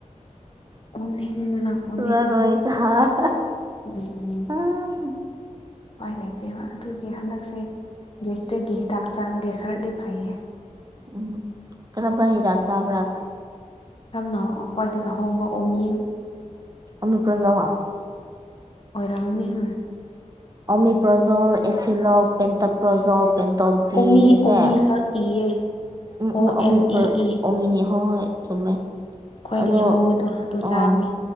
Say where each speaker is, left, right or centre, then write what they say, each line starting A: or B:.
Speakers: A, on the left; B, on the right.
A: ꯑꯣꯅꯤꯡꯕꯅ ꯑꯣꯅꯤꯡꯕꯅ
B: ꯁꯨꯔꯔꯣꯏꯗ
A: ꯎꯝ
B: ꯎꯝ
A: ꯎꯄꯥꯏ ꯂꯩꯇꯦꯕ ꯑꯗꯨꯒꯤ ꯍꯟꯗꯛꯁꯦ ꯒꯦꯁꯇ꯭ꯔꯤꯛꯒꯤ ꯍꯤꯗꯥꯛ ꯆꯥꯕꯗꯩ ꯈꯔꯗꯤ ꯐꯩꯌꯦ
B: ꯎꯝ ꯀꯔꯝꯕ ꯍꯤꯗꯥꯛ ꯆꯥꯕ꯭ꯔꯥ
A: ꯌꯥꯝꯅ ꯑꯈ꯭ꯋꯥꯏꯗꯩ ꯑꯍꯣꯡꯕ ꯑꯣꯃꯤ
B: <unintelligible>
A: ꯑꯣꯏꯔꯝꯅꯤ ꯍꯨꯝ
B: ꯑꯣꯃꯤ ꯄ꯭ꯔꯣꯖꯣꯜ ꯑꯦꯁꯤꯂꯣꯞ ꯄꯦꯟꯇꯞ ꯄ꯭ꯔꯣꯖꯣꯜ ꯄꯦꯟ ꯇꯣꯞꯗꯤ
A: ꯑꯣꯃꯤ
B: ꯁꯤꯁꯦ
A: ꯑꯣꯃꯤ ꯈꯛ ꯏꯌꯦ
B: ꯎꯝ
A: ꯑꯣ
B: ꯎꯝ ꯑꯣꯃꯤ
A: ꯑꯦꯝ
B: ꯄꯔ
A: ꯏ ꯏ
B: ꯑꯣꯃꯤ ꯍꯣ ꯍꯣꯏ ꯆꯨꯝꯃꯦ
A: ꯈ꯭ꯋꯥꯏꯗꯒꯤ
B: ꯑꯗꯣ
A: ꯍꯣꯡꯕꯗꯣ ꯑꯗꯨ
B: ꯑꯥ
A: ꯆꯥꯕꯅꯤ